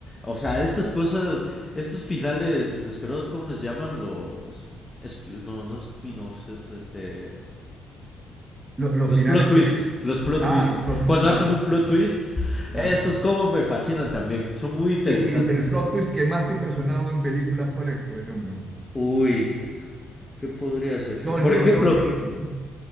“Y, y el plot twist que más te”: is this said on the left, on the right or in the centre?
Right